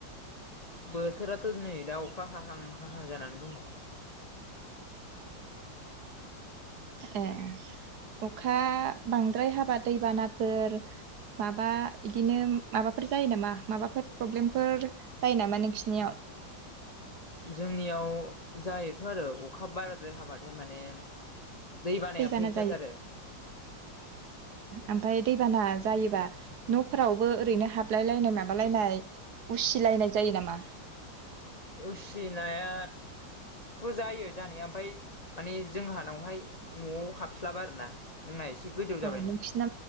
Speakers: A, on the left (about 55°); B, on the right (about 65°).
A: बोथोराथ' नै दा अखा हाहां हाहां जानानै दङ।
B: ए अखा बांद्राय हाबा दैबानाफोर माबा इदिनो माबाफोर जायो नामा? माबाफोर प्रब्लेमफोर जायो नामा नोंसिनियाव? <inaudible>
A: जोंनियाव जायोथ' आरो अखा बाराद्राय हाबाथाय माने दै बानाया
B: दैबाना
A: फैखाथारो।
B: जायो ओमफाय दैबाना जायोबा न'फोरावबो ओरैनो हाबलाय लायनाय माबालायनाय उसि लायनाय जायो नामा?
A: उसिनाया थ' जायो जानाया ओमफाय माने जोंहानावहाय न'आव हाबस्लाबा आरोना जोंना ए से गोजौ
B: अ
A: जाबायना
B: नोंसिना